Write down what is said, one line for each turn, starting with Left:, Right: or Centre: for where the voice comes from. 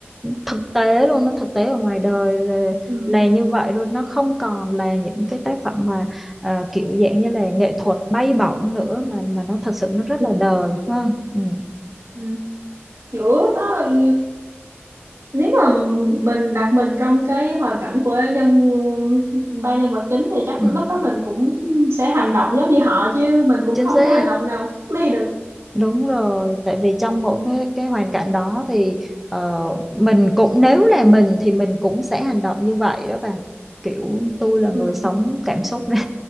Centre: thực tế luôn nó thực tế ở ngoài đời là,
Right: ừ,
Centre: là như vậy luôn nó không còn là những cái tác phẩm mà à, kiểu dạng như là nghệ thuật bay bổng nữa mà mà nó thật sự nó rất
Right: ừ,
Centre: là đời ha ừ.
Right: ừ. kiểu nó ừ, nếu mà mình đặt mình trong cái hoàn cảnh của nhân ba nhân vật chính thì chắc
Centre: Ừ.
Right: lúc đó mình cũng sẽ hành động giống như họ chứ mình cũng
Centre: chính
Right: không
Centre: xác
Right: thể hành động nào khác đi được
Centre: Đúng rồi, tại vì trong mỗi cái cái hoàn cảnh đó thì ờ, mình cũng nếu là mình thì mình cũng sẽ hành động như vậy đó bà. Kiểu tôi là
Right: ừ.
Centre: người sống cảm xúc nên,